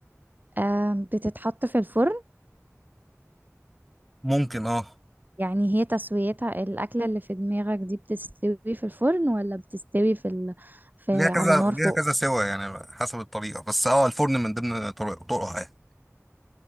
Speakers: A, on the right (about 35°); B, in the centre.
A: آم، بتتحط في الفرن
B: ممكن اه
A: يعني هي تسويتها الأكلة اللي في دماغك دي بتستوي في الفرن ولا بتستوي في, ال... في
B: ليها كذا
A: على نار فوق
B: ليها كذا سوا يعني حسب الطريقة بس اه الفرن من ضمن طرق- طرقها يعني.